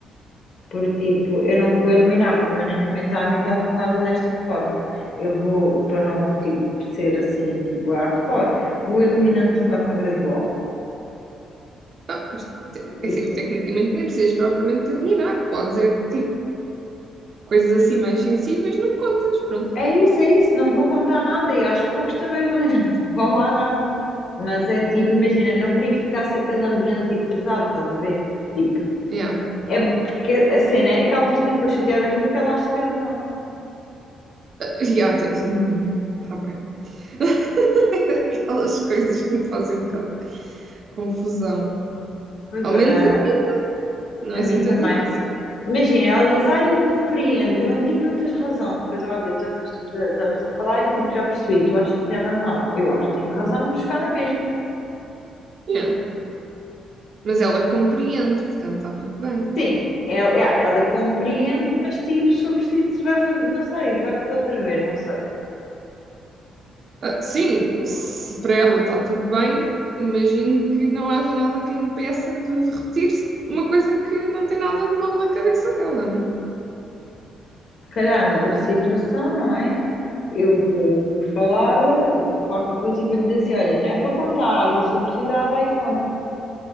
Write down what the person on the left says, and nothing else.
Porque tipo, eu não vou eliminar permanentemente a amizade com ela desta forma. Eu vou, para não tipo, ser assim, tipo hardcore, vou eliminando de forma gradual.
E,
É isso, é isso, não vou contar nada e aos poucos também vou <laughs> deixar de falar nada. Mas é tipo, imagina, não queria que ficasse aquele ambiente tipo, pesado, estás a ver? Tipo,
é porque a cena é aquela pessoa ficou chateada comigo que ela acha que tem razão.
Pois
olha,
a
mim
também.
Imagina, ela diz, ah, eu compreendo, eu não digo que não tens razão, porque eu estava a dizer, então nós estamos a, estamos a falar e tipo, já percebi, tu achas que tens razão. Eu acho que tenho razão, vamos buscar na mesma.
Sim, ela, yeah, ela compreende, mas tipo, se eu preciso, vai fazer, não sei, vai fazer outra vez, não sei.
Se calhar noutra situação, não é? Eu vou, vou falar eh, qualquer coisa e vou lhe dizer assim: olha, não é para contar, e se eu precisar, vai e conta.